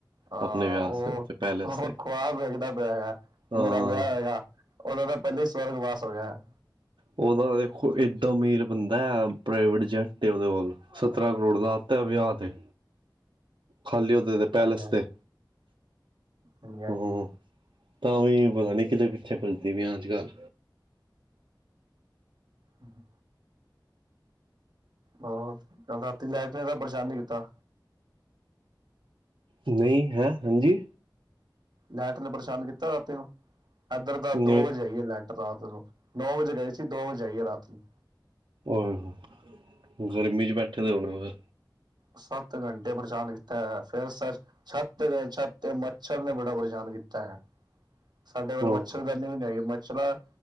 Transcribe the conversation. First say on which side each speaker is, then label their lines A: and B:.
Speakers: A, on the right; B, on the right.
A: ਹਾਂ
B: ਆਪਣੇ ਵਿਆਹ
A: ਉਹ
B: ਤੇ ਉੱਥੇ ਪੈਲੇਸ
A: ਉਹ
B: ਤੇ
A: ਖੁਆਬ ਵੇਖਦਾ ਪਿਆ ਹੈਗਾ। ਕਿ
B: ਹਾਂ
A: ਮੇਰਾ ਵਿਆਹ ਹੋਏਗਾ। ਉਹ ਦਾ ਪਹਿਲੇ ਹੀ ਸਵਰਗ ਵਾਸ ਹੋ ਗਿਆ ਹੈ।
B: ਉਹਦਾ ਦੇਖੋ ਏਡਾ ਅਮੀਰ ਬੰਦਾ ਪ੍ਰਾਈਵੇਟ ਜੈਟ ਏ ਉਹਦੇ ਕੋਲ। ਸੱਤਰਾਂ ਕਰੋੜ ਲਾ ਦਿੱਤਾ ਵਿਆਹ 'ਤੇ। ਖਾਲੀ ਉਦੇ ਦੇ ਪੈਲੇਸ
A: ਹਾਂਜੀ ਹਾਂਜੀ
B: ਤੇ
A: ਹਾਂਜੀ ਹਾਂਜੀ
B: ਹੋਰ। ਤਾਂ ਵੀ ਪਤਾ ਨੀ ਕਿਦੇ ਪਿੱਛੇ ਫਿਰਦਿਆਂ ਪਈਆ ਅੱਜਕੱਲ।
A: ਹੂੰ। ਹਾਂ ਕੱਲ ਰਾਤੀ ਲਾਈਟ ਨੇ ਤੇ ਪਰੇਸ਼ਾਨ ਨਹੀਕੀਤਾ।
B: ਨਹੀਂ ਹੈਂ ਹਾਂਜੀ।
A: ਲਾਈਟ ਨੇ ਪਰੇਸ਼ਾਨ ਕੀਤਾ ਰਾਤੀਂ ਨੂੰ ਇਧਰ ਤਾਂ
B: ਨਹੀਂ
A: ਦੋ ਵਜੇ ਆਈਏ ਲਾਈਟ। ਰਾਤ ਨੂੰ ਨੌ ਵਜੇ ਗਈ ਸੀ। ਦੋ ਵਜੇ ਆਈਏ ਰਾਤ ਨੂੰ।
B: ਓਏ ਹੋਏ ਗਰਮੀ 'ਚ ਬੈਠੇ ਦੇ ਹੋਣੇ ਨੇ।
A: ਸੱਤ ਘੰਟੇ ਪਰੇਸ਼ਾਨ ਕੀਤਾ ਹੋਇਆ ਫਿਰ। ਛੱਤ ਤੇ ਗਏ ਛੱਤ ਤੇ ਮੱਛਰ ਨੇ ਬੜਾ ਪਰੇਸ਼ਾਨ ਕੀਤਾ ਹੋਇਆ ਹੈ। ਸਾਡੇ
B: ਫਿਰ
A: ਕੋਲ ਮੱਛਰਦਾਨੀ ਵੀ ਨਹੀਂ ਹੈਗੀ ਮੱਛਰ।